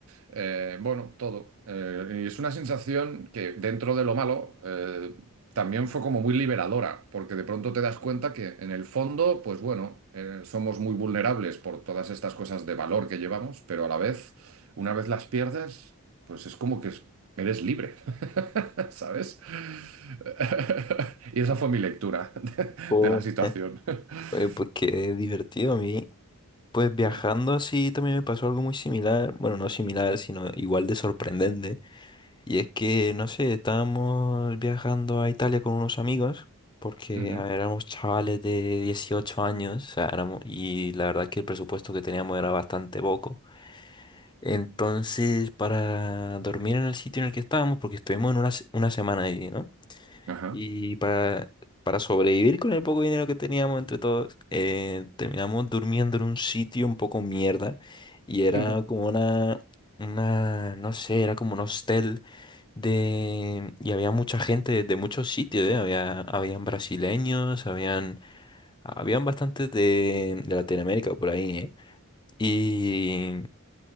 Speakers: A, on the right; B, on the left.
A: eh, bueno, todo. Eh, y es una sensación que dentro de lo malo eh, también fue como muy liberadora, porque de pronto te das cuenta que en el fondo, pues bueno, eh, somos muy vulnerables por todas estas cosas de valor que llevamos, pero a la vez, una vez las pierdes, pues es como que es- eres libre, <laughs> ¿sabes? <laughs> Y esa fue mi lectura de,
B: joder,
A: de la situación. <laughs>
B: Oye, pues qué divertido a mí. Pues viajando
A: Eh,
B: así también me pasó algo muy similar, bueno, no similar, sino igual de sorprendente. Y es que, no sé, estábamos viajando a Italia con unos amigos, porque
A: ujú,
B: a ver, éramos chavales de 18 años, o sea, éramos, y la verdad que el presupuesto que teníamos era bastante poco. Entonces, para dormir en el sitio en el que estábamos, porque estuvimos en una, se- una semana ahí, ¿no?
A: ajá.
B: Y para, para sobrevivir con el poco dinero que teníamos entre todos, eh, terminamos durmiendo en un sitio un poco mierda. Y era
A: <laughs>
B: como una, una, no sé, era como un hostel de... Y había mucha gente de, de muchos sitios, ¿eh? Había, habían brasileños, habían, habían bastantes de, de Latinoamérica por ahí, ¿eh? Y...